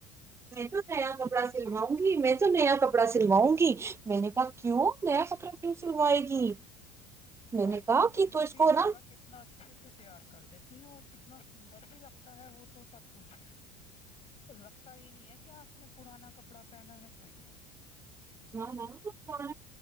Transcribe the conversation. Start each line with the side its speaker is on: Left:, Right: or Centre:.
Right: میں تو نیا کپڑا سلواؤں گی میں تو نیا کپڑا سلواؤں گی میں نے کہا کیوں نیا کپڑا کیوں سلوائے گی میں نے
Left: آج
Right: کہا
Left: کل تو
Right: کہ
Left: بوٹیک
Right: اس کو نا
Left: والا کتنا اچھے سے تیار کر دیتی ہیں اور کتنا سندر بھی لگتا ہے وہ تو سب کچھ لگتا ہی نہیں ہے کہ آپ نے پرانا کپڑا پہنا ہے کوئی
Right: ہاں ہاں